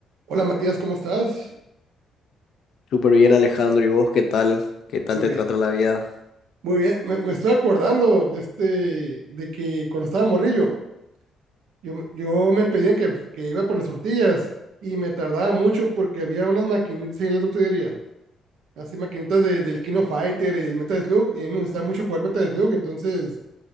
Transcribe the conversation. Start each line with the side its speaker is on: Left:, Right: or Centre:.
Right: Hola Matías, ¿cómo estás?
Left: Súper bien, Alejandro. ¿Y vos qué tal? ¿Qué tal
Right: Muy
Left: te
Right: bien,
Left: trata la vida?
Right: muy bien. Me, me estoy acordando de este, de que cuando estaba morrillo, yo, me- yo me pedían que, que iba por las tortillas y me tardaba mucho porque había unas maquinitas ahí en la tortillería, así maquinitas de- del Kino Fighter y del Metal Slug, y a mí me gustaba mucho jugar Metal Slug, entonces